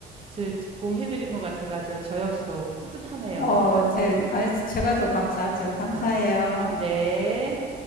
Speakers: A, on the right; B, on the left.
A: 제공해드린 것 같아가지고 저 역시도 뿌듯하네요.
B: 어, 제, 아, 제가 더 감사하죠. 감사해요.
A: 아, 아, 네.